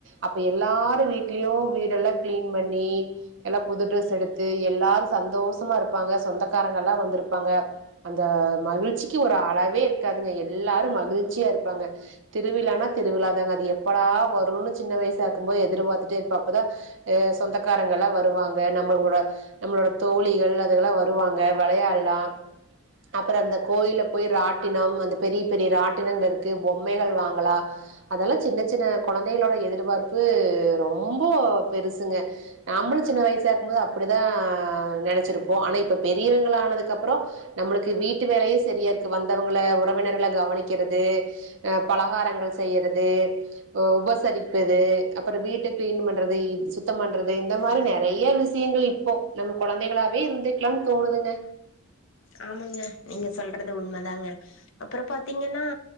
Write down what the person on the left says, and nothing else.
ஆமங்க நீங்க சொல்றது உண்மதாங்க அப்றொ பாத்தீங்கன்னா